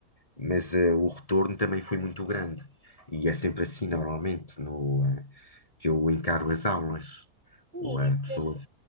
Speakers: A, on the left; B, on the right.
A: mas uh, o retorno também foi muito grande. E é sempre assim, normalmente, no, ah, que eu encaro as aulas
B: Sim,
A: ou a
B: e
A: pessoas.
B: ver-